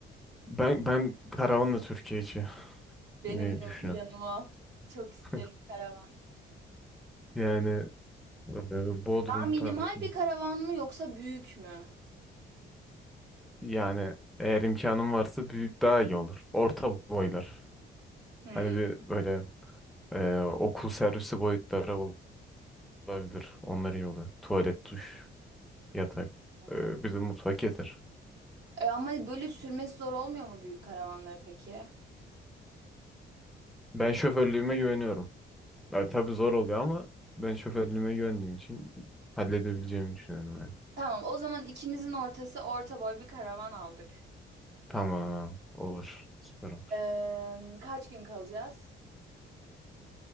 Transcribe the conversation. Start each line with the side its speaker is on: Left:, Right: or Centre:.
Centre: Ben ben karavanla Türkiye içi
Right: Benim
Centre: ne
Right: de
Centre: düşünüyorum?
Right: planım o. Çok isterim
Centre: <laughs>
Right: karavan.
Centre: Yani e, Bodrum
Right: Daha minimal
Centre: tarafı.
Right: bir karavan mı yoksa büyük mü?
Centre: Yani eğer imkanım varsa büyük daha iyi olur. Orta boylar.
Right: Hmm.
Centre: Hani bir böyle e, okul servisi boyutları olabilir. Onlar iyi olur. Tuvalet, duş, yatak.
Right: anladım.
Centre: E, bir de mutfak yeter.
Right: E, ama böyle sürmesi zor olmuyor mu büyük karavanları peki?
Centre: Ben şoförlüğüme güveniyorum. Ya, tabii zor oluyor ama ben şoförlüğüme güvendiğim için halledebileceğimi düşünüyorum yani.
Right: Tamam, o zaman ikimizin ortası orta boy bir karavan aldık.
Centre: Tamam. Olur. Süper olur.
Right: Eee, kaç gün kalacağız?